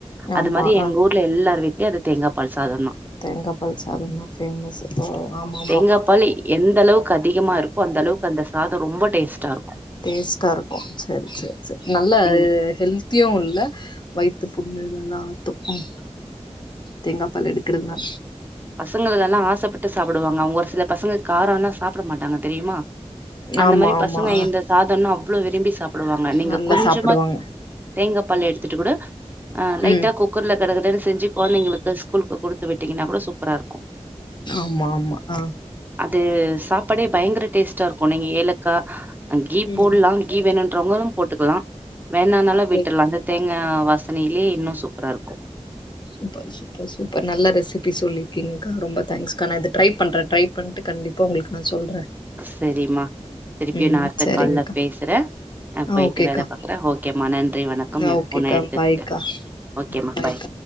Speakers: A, on the left; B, on the right.
A: ஆமா
B: அது மாரி எங்க
A: ஆ
B: ஊர் வீட்ல எல்லார் வீட்லயு அது தேங்கா பால் சாதந்தா
A: தேங்காப்பால் சாதந்தா பேமஸ் இப்போ ஆமாமா
B: தேங்கா பால் எந்த அளவுக்கு அதிகமா இருக்கோ அந்த அளவுக்கு அந்த சாதோ ரொம்ப டேஸ்ட்டா இருக்கு
A: டேஸ்ட்டா இருக்கு செரி செரி செரி நல்ல
B: நீங்க
A: ஹெல்த் தியு உள்ள வயித்து புண்ணு இதெல்லா ஆத்து ஆமா தேங்கா பால் எடு கிறதுனா
B: பசங்களு இதெல்லா ஆசப்பட்டு சாப்டுவாங்க அவங்க ஒரு சில பசங்க காரோன்னா சாப்ட மாட்டாங்க தெரியுமா அந்த
A: ஆமா
B: மாரி
A: ஆமா
B: பசங்க
A: ஆ
B: இந்த சாதோன்னா அவ்ளோ விரும்பி சாப் டுவாங்க நீங்க
A: நல்லா
B: கொஞ்சமா
A: சாப்பிடுவாங்க
B: தேங்க பால் எடுத்துட்டு கூட ஆ லைட்டா
A: ம்
B: குக் குக்கர்ல கட கடன்னு செஞ்சி கொழந்தைங்களுக்கு ஸ்கூலுக்கு குடுத்து விட்டீங்கன்னா கூட சூப்பரா இருக்கு
A: ஆமா ஆமா ஆ
B: அது சாப் பாடே பயங்கர டேஸ்ட்டா இருக்கு நீங்க ஏலக்கா ஆ கீ
A: ம்
B: போடலா கீ வேணுன்றவங்க போட்டுக்கலா வேணன்னாலு
A: ஓகே
B: விட்றலா அந்த தேங்கா வாசனைலயே இன்னு சூப்பரா இருக்கு
A: சூப்பர் சூப்பர் சூப்பர் நல்ல ரெசிபி சொல்லிருக்கீங்கக்கா ரொம்ப தேங்க்ஸ்கா நா இத ட்ரை பண்றே ட்ரை பண்ட்டு கண்டிப்பா உங்களுக்கு நா சொல்றே
B: செரிமா திருப்பியு
A: ம்
B: நா அடுத்த
A: சரிங்கக்கா
B: கால்ல பேசுறே நா
A: ஆ
B: போயிட்டு
A: ஓகேக்கா
B: வேல பாக்குறே ஓகேம்மா நன்றி வணக்கம்
A: ஆ
B: ஏ
A: ஓகேக்கா
B: ஃபோன எடுத்ததுக்கு
A: பாய்க்கா
B: ஓகேம்மா
A: ம் பாய்க்கா
B: பாய்